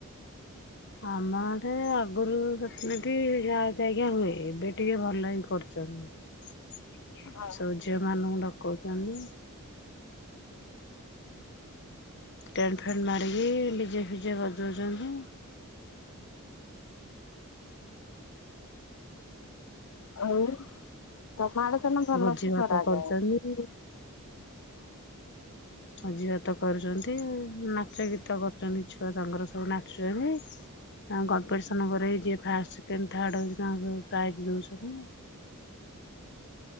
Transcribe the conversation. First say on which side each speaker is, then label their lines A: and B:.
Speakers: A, on the left (about 50°); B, on the left (about 70°).
A: ଆମ ଆଡ଼େ ଆଗରୁ ସେଥିନଟି ଯାହା ଯଜ୍ଞା ହୁଏ ଏବେ ଟିକେ ଭଲ ହି କରୁଛନ୍ତି।
B: ହଁ
A: ସବୁ ଝିଅ ମାନଙ୍କୁ ଡକଉଛନ୍ତି। ଟେଣ୍ଟ ଫେଣ୍ଟ ମାରିକି ଡିଜେ ଫିଜେ ବଜଉଛନ୍ତି।
B: ଆଉ ତମଆଡେ ତନ ଭଲସେ
A: ଭୋଜି ଭାତ
B: କରାଯାଏ।
A: କରୁଛନ୍ତି ଭୋଜିଭାତ କରୁଛନ୍ତି ନାଚ ଗୀତ କରୁଛନ୍ତି ଛୁଆ ସାଙ୍ଗର ସବୁ ନାଚୁଛନ୍ତି। ଆଉ କମ୍ପିଟିସନ ପରେଇ ଯ ଫାଷ୍ଟ ସେକେଣ୍ଡ ଥାର୍ଡ ହଉଛି ତାଙ୍କ ସବୁ ପ୍ରାଇଜ ଦଉଛନ୍ତି। <inaudible>